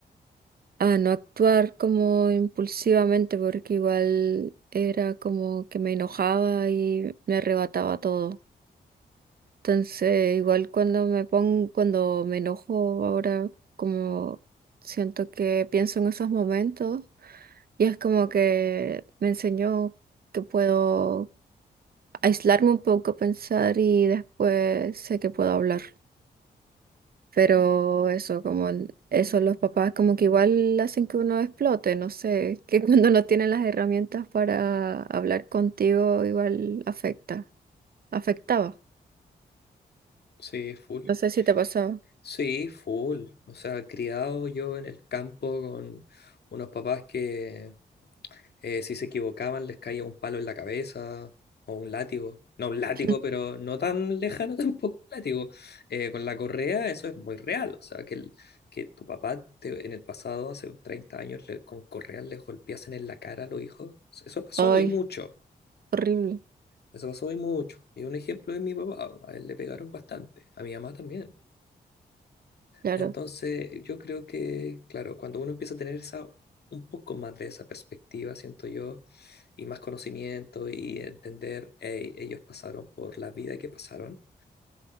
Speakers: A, on the right; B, on the left.
A: a no actuar como impulsivamente porque igual era como que me enojaba y me arrebataba todo. Entonces, igual cuando me pongo, cuando me enojo ahora, como siento que pienso en esos momentos y es como que me enseñó que puedo aislarme un poco, pensar y después sé que puedo hablar. Pero eso, como el- eso, los papás como que igual hacen que uno explote, no sé, que <laughs> cuando no tienen las herramientas para hablar contigo, igual afecta, afectaba.
B: Sí, full.
A: No sé si te pasaba.
B: Sí, full. O sea, criado yo en el campo con unos papás que Eh, si se equivocaban, les caía un palo en la cabeza o un látigo. No, un látigo,
A: <laughs>
B: pero no tan lejano <laughs> tampoco un látigo. Eh, con la correa eso es muy real. O sea, que, el- que tu papá te- en el pasado, hace 30 años, le- con correas les golpeasen en la cara a los hijos. Eso pasó
A: Ay,
B: y mucho.
A: horrible,
B: Eso pasó y mucho. Y un ejemplo es mi papá. A él le pegaron bastante. A mi mamá también.
A: claro.
B: Entonces, yo creo que, claro, cuando uno empieza a tener esa, un poco más de esa perspectiva, siento yo, y más conocimiento y entender, "Ey, ellos pasaron por la vida que pasaron